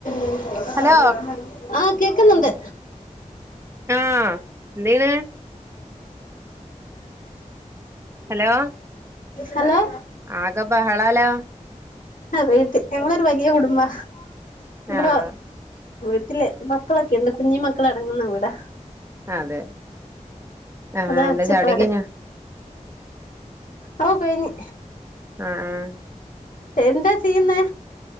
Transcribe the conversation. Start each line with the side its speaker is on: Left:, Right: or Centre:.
Left: <inaudible>
Right: Hello
Left: ആഹ് കേക്ക്ന്ന്ണ്ട്
Right: ആഹ് എന്തെയ്യ്ണ് ഹലോ
Left: ഹലോ
Right: ആകെ ബഹളാല്ലോ
Left: അത് വൈറ്റ് ഞങ്ങളൊരു വലിയ കുടുംബാ <unintelligible>
Right: ആഹ്
Left: വീട്ടിലേ മക്കളൊക്കെയുണ്ട് കുഞ്ഞി മക്കള് അടങ്ങ്ന്ന വീടാ
Right: അതെ ആഹ്
Left: അതാ
Right: എന്താ
Left: ഒച്ചപ്പാട്
Right: ചായുടി ഒക്കെ കഴിഞ്ഞോ
Left: അവൊ കൈഞ്ഞ്
Right: ആഹ് ആഹ്
Left: എന്താ ചിയ്യ്ന്നേ